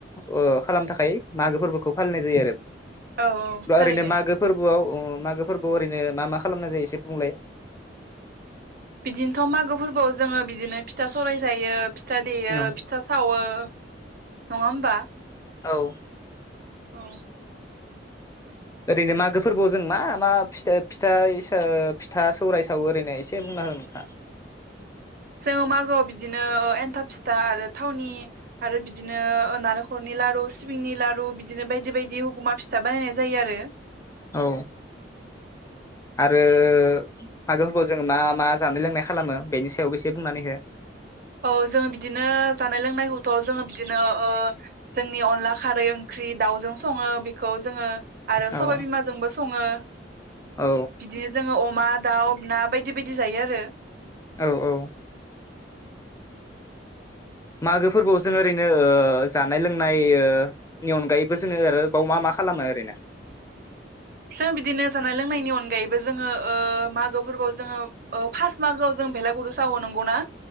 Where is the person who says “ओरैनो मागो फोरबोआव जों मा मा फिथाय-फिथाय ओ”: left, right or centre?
Left